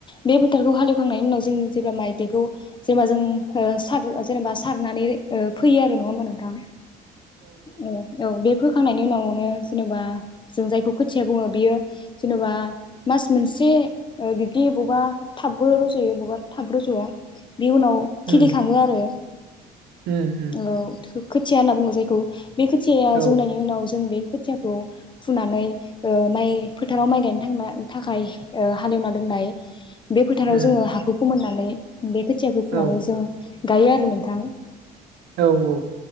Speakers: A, on the left (about 30°); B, on the right (about 85°).
A: बे फोथारखौ हालेवखांनायनि उनाव जों जेब्ला माइदिखौ जेब्ला जों ओ सार जेनेबा सारनानै ओ फैयो आरो नङा होमबा नोंथां? औ औ बे फोखांनायनि उनावनो जेनबा जों जायखौ खोथिया बुङो बियो जेनबा मास मोनसे ओ बिब्दि बबा थाबबो रज'यो बबा थाब रज'वा। बे उनाव
B: उम
A: खिलि खाङो आरो
B: उम उम
A: औ थोब खोथिया होनना बुङो जायखौ बे खोथिया
B: औ
A: जौनायनि उनाव जों बे खोथियाखौ फुनानै ओ माइ फोथाराव माइ गायनो थांना थाखाय ओ हालेवना दोननाय बे फोथाराव
B: उम
A: जोङो हाखौ फोमोनना नै बे खोथियाखौ फुनानै
B: औ
A: जों गायो आरो नोंथां।
B: औ औ